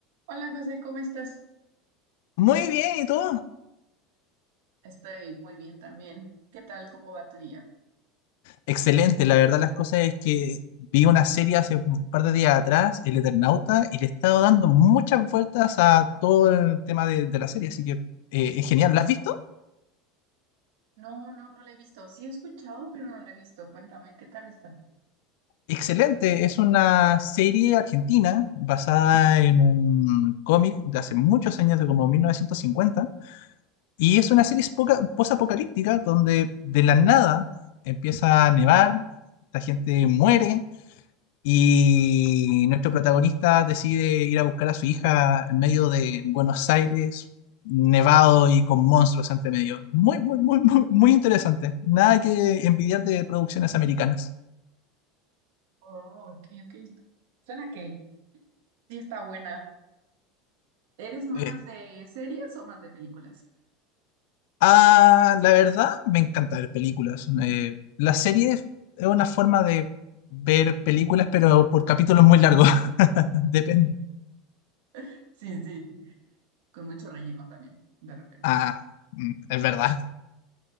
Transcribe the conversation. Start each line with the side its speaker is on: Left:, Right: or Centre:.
Right: Hola José, ¿cómo estás?
Left: Muy bien, ¿y tú?
Right: Estoy muy bien también. ¿Qué tal? ¿Cómo va tu día?
Left: Excelente, la verdad las cosas es que vi una serie hace un par de días atrás, El Eternauta, y le he estado dando muchas vueltas a todo el tema de, de la serie, así que eh, es genial. ¿La has visto?
Right: No, no, no la he visto. Sí he escuchado, pero no la he visto. Cuéntame, ¿qué tal está?
Left: Excelente, es una serie argentina basada en un cómic de hace muchos años, de como mil novecientos cincuenta y es una serie poca- posapocalíptica donde de la nada empieza a nevar, la gente muere Y nuestro protagonista decide ir a buscar a su hija en medio de Buenos Aires, nevado y con monstruos entre medio. Muy, muy, muy, muy, muy interesante. Nada que envidiar de producciones americanas.
Right: Oh, ok, ok. Suena que sí está buena. ¿Eres más
Left: Eh,
Right: de series o más de películas?
Left: ah, la verdad, me encanta ver películas. Eh, la serie es una forma de ver películas, pero por capítulos muy largos. <laughs> Depende.
Right: <laughs> Sí, sí, con mucho relleno también, de repente.
Left: Ah, mm, es verdad.